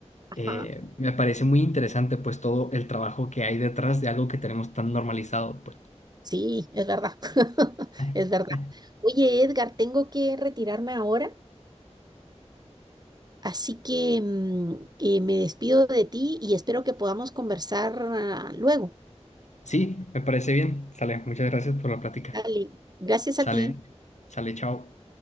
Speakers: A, on the right (about 35°); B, on the left (about 85°).
A: ajá,
B: eh, me parece muy interesante, pues, todo el trabajo que hay detrás de algo que tenemos tan normalizado, pues.
A: sí, es verdad, <laughs>
B: <laughs>
A: es verdad. Oye, Edgar, tengo que retirarme ahora, así que mm, eh, me despido de ti y espero que podamos conversar ah, luego.
B: Sí, me parece bien. Sale, muchas gracias por la plática.
A: Dale, gracias
B: Sale,
A: a ti.
B: sale, chao.